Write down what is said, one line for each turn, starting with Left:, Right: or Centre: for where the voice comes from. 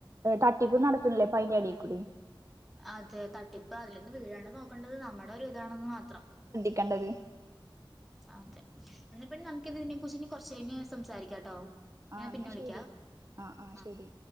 Right: തട്ടിപ്പ് നടക്കണില്ലേ പ്പഅയിന്റെ എടേൽ കൂടി.
Centre: അതെ തട്ടിപ്പ്‌ അതിലൊന്ന് വീഴാണ്ട് നോക്കേണ്ടത് നമ്മുടെ ഒരു ഇതാണെന്ന് മാത്രം.
Right: ക്കണ്ടത്
Centre: അതെ എന്നപിന്നെ നമുക്കിതിനെ കുറിച്ച് ഇനി കുറച്ച് കഴിഞ്ഞ് സംസാരിക്കാട്ടോ.
Right: ആ
Centre: ഞാൻ
Right: എന്നാ
Centre: പിന്നെ വിളിക്കാം
Right: ശരി ആഹ് ആഹ്
Centre: ആ
Right: ശരി.